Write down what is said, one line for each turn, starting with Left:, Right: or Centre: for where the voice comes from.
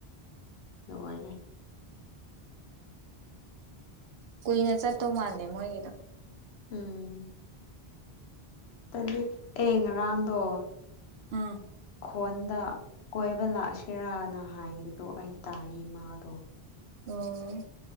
Left: ꯂꯣꯏꯅꯦ
Right: ꯀꯨꯏꯅ ꯆꯠꯇꯧ ꯃꯥꯟꯗꯦ ꯃꯣꯏꯒꯤꯗꯣ
Left: ꯎꯝ ꯇꯂꯤ ꯑꯦ ꯉꯔꯥꯡꯗꯣ
Right: ꯑꯥ
Left: ꯐꯣꯟꯗ ꯀꯣꯏꯕ ꯂꯥꯛꯑꯁꯤꯔꯅ ꯍꯥꯏꯕꯗꯣ ꯑꯩ ꯇꯥꯏꯌꯦꯃꯗꯣ
Right: ꯑꯣꯝ